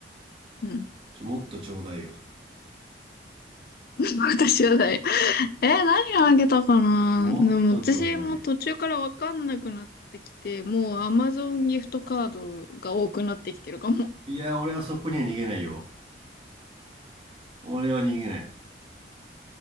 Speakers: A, on the left (about 55°); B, on the right (about 30°).
A: うん。
B: ちょ、もっとちょうだいよ。
A: <laughs> 私はない。え、何あげたかなでも私も途中からわかんなくなってきて、
B: もっとちょうだいよ。
A: もう Amazon ギフトカードが多くなってきてるかも。
B: いや、俺はそこには逃げないよ。俺は逃げない。